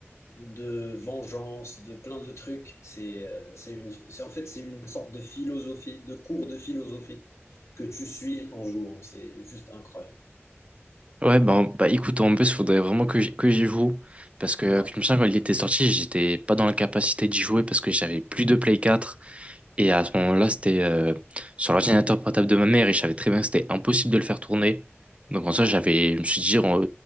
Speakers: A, on the left; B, on the right.
A: de vengeance, de plein de trucs. C'est, euh, c'est une, c'est, en fait, c'est une sorte de philosophie, de cours de philosophie que tu suis en jouant. C'est juste incroyable.
B: Ouais, ben, bah écoute, en plus, il faudrait vraiment que j'y que j'y joue. Parce que,
A: Ouais,
B: je me ça, quand il était sorti, j'étais pas dans la capacité d'y jouer parce que j'avais plus de Play 4. Et à ce moment-là, c'était euh, sur l'ordinateur portable de ma mère et je savais très bien que c'était impossible de le faire tourner. Donc en soi,
A: ouais.
B: j'avais, je me suis dit, en-